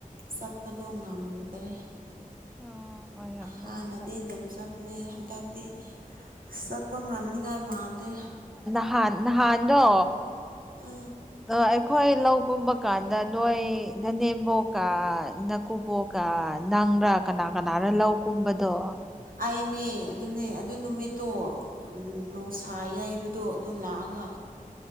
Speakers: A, on the right; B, in the centre.
A: ꯆꯠꯄꯗꯣ ꯉꯝꯗ꯭ꯔꯦ
B: ꯑꯣ ꯑꯣꯏꯔꯝꯒꯅꯦꯕ
A: ꯍꯥꯟꯅꯗꯩ ꯑꯗꯨꯝ ꯆꯠꯄꯥꯅꯦ ꯍꯟꯗꯛꯇꯤ ꯑꯁ ꯆꯠꯄꯥ ꯉꯝꯅꯤꯉꯥꯏ ꯃꯥꯟꯗꯦ
B: ꯍꯥꯟ ꯅꯍꯥꯟꯗꯣ
A: ꯑ
B: ꯗ ꯑꯩꯈꯣꯏ ꯂꯧ ꯀꯨꯝꯕ ꯀꯥꯟꯗ ꯅꯣꯏ ꯅꯅꯦꯝꯕꯣꯛꯀꯥ ꯅ ꯀꯨꯕꯣꯛꯀ ꯅꯪꯔ ꯀꯅꯥ ꯀꯅꯥꯔ ꯂꯧ ꯀꯨꯝꯕꯗꯣ
A: ꯑꯩꯅꯦ ꯑꯗꯨꯅꯦ ꯑꯗꯨ ꯅꯨꯃꯤꯠꯇꯣ
B: ꯎꯝ
A: ꯅꯨꯡꯁꯥ ꯌꯩꯕ ꯇꯣ ꯑꯗꯨ ꯂꯥꯛꯑꯒ